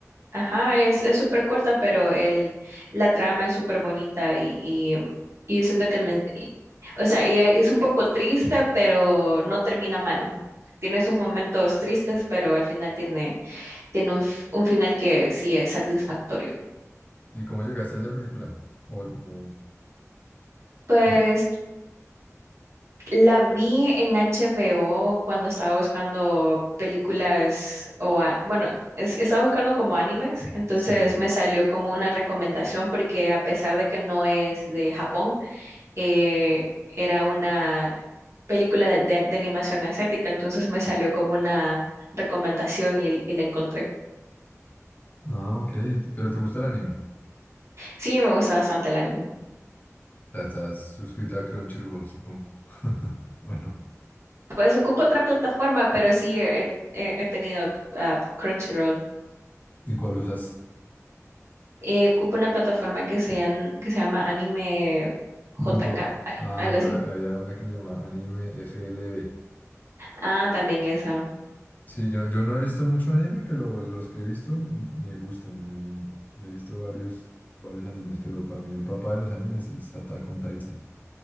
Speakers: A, on the right (about 60°); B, on the left (about 30°).
A: Ajá, es, es súper corta, pero el, la trama es súper bonita y, y, y yo siento que el, men- y- o sea, y es un poco triste, pero no termina mal. ¿no? Tiene esos momentos tristes, pero al final tiene, tiene un, f- un final que sí es satisfactorio.
B: ¿Y cómo llegaste a esa película? O, o,
A: Pues
B: o-
A: la vi en HBO cuando estaba buscando películas o, a- bueno, es- estaba buscando como animes, entonces
B: sí.
A: me salió como una recomendación porque a pesar de que no es de Japón, eh, era una película de, de- de animación asiática, entonces me salió como una recomendación y, y la encontré.
B: Ah, ok. Pero ¿te gusta el anime?
A: Sí, me gusta bastante el anime.
B: O sea, estás suscrita a Crunchyroll, supongo. <laughs> Bueno.
A: Pues ocupo otra plataforma, pero sí he, he- he tenido ah, Crunchyroll.
B: ¿Y cuál usas?
A: Eh, ocupo una plataforma que se, llan- que se llama Anime JK,
B: Punto.
A: al-
B: Ah,
A: algo
B: bueno,
A: así.
B: había una que se llama Anime FLB.
A: Ah, también esa.
B: Sí, yo, yo no he visto mucho anime, pero los que he visto me, me gustan. Me, me he visto varios, varios animes, pero para mí el papá de los animes es Attack on Titan